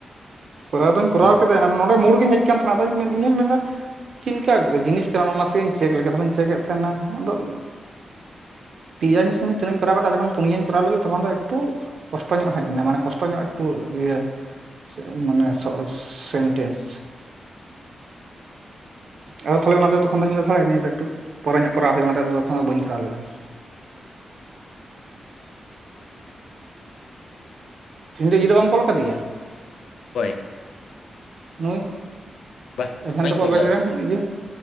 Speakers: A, on the right; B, on the left.
A: ᱠᱚᱨᱟᱣ ᱫᱚᱧ ᱠᱚᱨᱟᱣ
B: ᱡᱚᱠᱷᱚᱱ
A: ᱠᱮᱫᱟ ᱱᱚᱰᱮ ᱢᱳᱲ ᱜᱤᱧ ᱦᱮᱡ ᱠᱟᱱ ᱛᱟᱦᱮᱸᱱᱟ ᱟᱫᱚ ᱤᱧ ᱦᱚᱧ ᱢᱮᱱᱫᱟ ᱪᱮᱫ ᱞᱮᱠᱟ ᱡᱤᱱᱤᱥ ᱠᱟᱱᱟ ᱚᱱᱟ ᱱᱟᱥᱮᱭᱟᱜ ᱤᱧ ᱪᱮᱠ ᱞᱮᱠᱟ ᱛᱚ ᱤᱧ ᱪᱮᱠᱮᱫ ᱛᱟᱦᱮᱸᱱᱟ ᱟᱫᱚ ᱯᱮᱸᱭᱟ ᱡᱤᱱᱤᱥ ᱤᱧ ᱛᱤᱱᱟᱹᱜ ᱤᱧ ᱠᱚᱨᱟᱣ ᱠᱮᱫᱼᱟ ᱡᱚᱠᱷᱚᱱ ᱯᱩᱱᱤᱭᱟᱧ ᱠᱚᱨᱟᱣ ᱞᱟᱹᱜᱤᱫ ᱛᱚᱠᱷᱚᱱ ᱫᱚ ᱮᱠ ᱴᱤ ᱠᱚᱥᱴᱚ ᱧᱚᱜ ᱦᱮᱡ ᱮᱱᱟ ᱢᱟᱱ ᱠᱚᱥᱴᱚ ᱧᱚᱜ ᱴᱩ ᱤᱭᱟᱹ ᱢᱟᱱᱮ ᱥᱼᱥᱮᱱᱴᱮᱱᱥ
B: <inaudible>
A: ᱟᱫᱚ ᱛᱟᱦᱚᱞᱮ ᱚᱱᱟ ᱫᱚ ᱛᱚᱠᱷᱚᱱ ᱫᱚ ᱤᱧ ᱱᱤᱭᱟᱹ ᱫᱚ ᱮᱠᱴᱩ ᱯᱚᱨ ᱧᱚᱜ ᱠᱚᱨᱟᱣ ᱦᱩᱭᱩᱜᱼᱟ ᱚᱱᱟᱛᱮ ᱫᱚ ᱛᱚᱠᱷᱚᱱ ᱫᱚ ᱵᱟᱹᱧ ᱠᱚᱨᱟᱣ ᱞᱮᱫᱟ᱾ ᱛᱤᱦᱤᱧ ᱫᱚ ᱤᱭᱟᱹ ᱫᱚ ᱵᱟᱢ ᱠᱚᱞ ᱟᱠᱟᱫᱤᱧᱟ
B: ᱚᱠᱚᱭ
A: ᱱᱩᱭ
B: ᱵᱟ
A: ᱮᱵᱷᱮᱱ
B: ᱵᱟᱹᱧ
A: ᱛᱟᱠᱚ
B: ᱠᱚᱞ
A: ᱵᱮᱪ
B: ᱠᱟᱫᱟ᱾
A: ᱨᱮᱱ ᱤᱭᱟᱹ